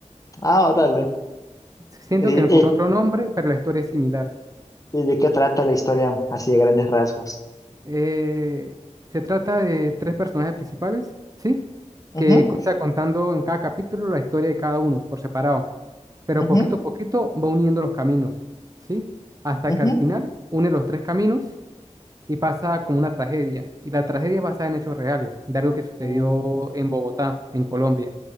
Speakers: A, on the left (about 30°); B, on the right (about 30°).
A: Ah, órale.
B: Siento
A: ¿Y,
B: que con
A: y-
B: otro nombre, pero la historia es similar.
A: y de qué trata la historia así de grandes rasgos?
B: Eh, se trata de tres personajes principales, ¿sí?
A: Ujú,
B: Que comienza contando en cada capítulo la historia de cada uno por separado, pero
A: ujú,
B: poquito a poquito va uniendo los caminos, ¿sí? Hasta
A: ujú,
B: que al final une los tres caminos y pasa como una tragedia. Y la tragedia es basada en hechos reales, de algo que sucedió
A: mm,
B: en Bogotá, en Colombia.